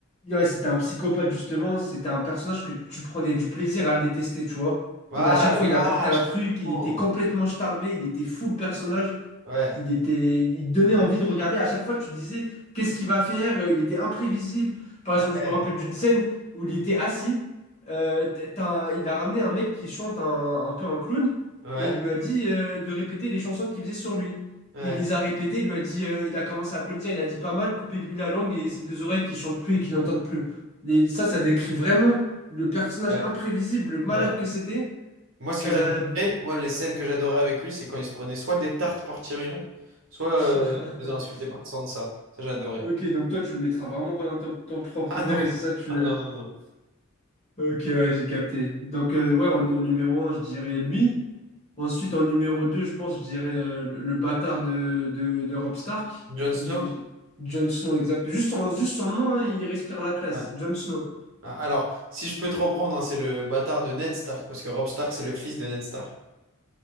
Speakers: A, on the left; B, on the right.
A: Ouais, c'était un psychopathe, justement. C'était un personnage que tu prenais du plaisir à le détester, tu vois.
B: Ah,
A: Il, à chaque fois,
B: je
A: il
B: ah,
A: apportait un
B: je
A: truc, il
B: comprends.
A: était complètement starbé, il était fou le personnage.
B: Ouais.
A: Il était, il donnait envie de regarder. À chaque fois, tu te disais, qu'est-ce qu'il va faire? Euh, Il était imprévisible. Par
B: Ouais,
A: exemple, je me rappelle d'une scène où il était assis. Euh, t- t'as un- il a ramené un mec qui chante un, un peu un clown
B: ouais,
A: et il lui a dit euh, de répéter les chansons qu'il faisait sur lui.
B: ouais,
A: Il les a répétées, il lui a dit, euh, il a commencé à applaudir, il a dit pas mal, coupez-lui la langue et ses deux oreilles qui chantent plus et qui n'entendent plus. Et ça, ça décrit vraiment le personnage
B: ouais,
A: imprévisible, le malade
B: ouais.
A: que c'était.
B: Moi, ce que
A: Euh,
B: j'adorais, moi, les scènes que j'adorais avec lui, c'est quand il se prenait soit des tartes par Tyrion, soit euh,
A: <laughs>
B: il se faisait insulter par Sansa. Ça, j'adorais.
A: Ok, donc toi, tu le mettras vraiment pas dans ton, ton propre
B: Ah
A: préféré,
B: non!
A: c'est ça, tu
B: Ah
A: le...
B: non, non, non.
A: Ok, ouais, j'ai capté. Donc, euh, ouais, en, en numéro un je dirais lui. Ensuite, en numéro 2 je pense, je dirais euh, le, le bâtard de, de, de Robb Stark.
B: Jon Snow?
A: J- j- Jon Snow, exact. Juste son, juste son nom, hein, il respire la classe.
B: Ouais.
A: Jon Snow.
B: Ah, Alors, si je peux te reprendre, hein, c'est le bâtard de Ned Stark, parce que Robb Stark, c'est le fils de Ned Stark.